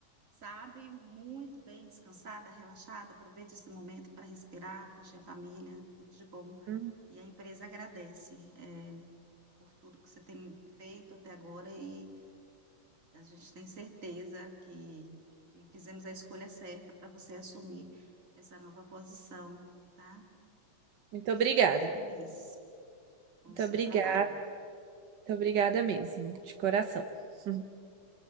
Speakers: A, on the right; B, on the right.
A: sabe? Muito bem, descansada, relaxada. Aproveite esse momento para respirar, curtir a família, tudo de bom.
B: Hum,
A: E a empresa agradece, é, por tudo que você tem feito até agora e a gente tem certeza que, que fizemos a escolha certa para você assumir essa nova posição, tá?
B: Muito
A: A
B: obrigada.
A: gente fica muito feliz com
B: Muito
A: o seu
B: obrigada.
A: trabalho.
B: Muito obrigada mesmo, de coração. <laughs>